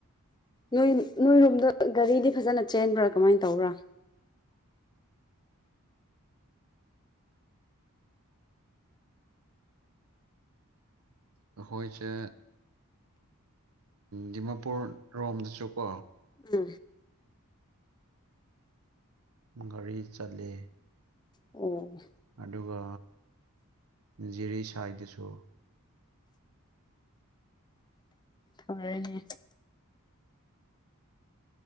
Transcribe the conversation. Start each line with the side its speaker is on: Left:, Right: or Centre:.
Left: ꯅꯣꯏ ꯅꯣꯏꯔꯣꯝꯗ ꯒꯥꯔꯤꯗꯤ ꯐꯖꯅ ꯆꯦꯟꯕ꯭ꯔꯥ ꯀꯃꯥꯏꯅ ꯇꯧꯕ꯭ꯔꯥ
Right: ꯑꯩꯈꯣꯏꯁꯦ ꯗꯤꯃꯥꯄꯨꯔ ꯔꯣꯝꯗꯁꯨꯀꯣ
Left: ꯑ
Right: ꯒꯥꯔꯤ ꯆꯠꯂꯦ
Left: ꯑꯣ
Right: ꯑꯗꯨꯒ ꯖꯤꯔꯤ ꯁꯥꯏꯗꯁꯨ
Left: ꯍꯔꯅꯤ